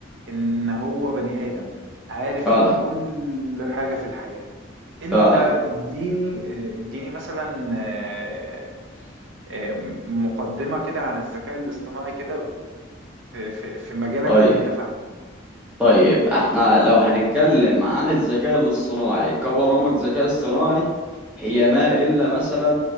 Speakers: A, on the right; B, in the centre.
A: ان هو بني ادم عارف
B: فعلا
A: كل حاجة في الحياة انت
B: فعلا
A: اديني آه، اديني مثلا آه، آه، مقدمة كده عن الذكاء الاصطناعي كده في في- في مجالك
B: طيب
A: واللي انت فاهمه
B: طيب احنا لو هنتكلم عن الذكاء الاصطناعي كبرامج ذكاء اصطناعي هي ما الا مثلا